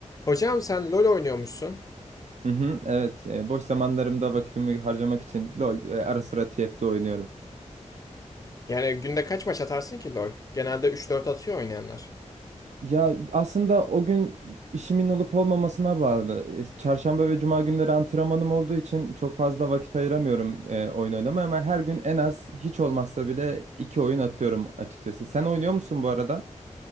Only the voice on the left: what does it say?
Hocam sen LoL oynuyormuşsun.
Yani günde kaç maç atarsın ki LoL? Genelde üç dört atıyor oynayanlar.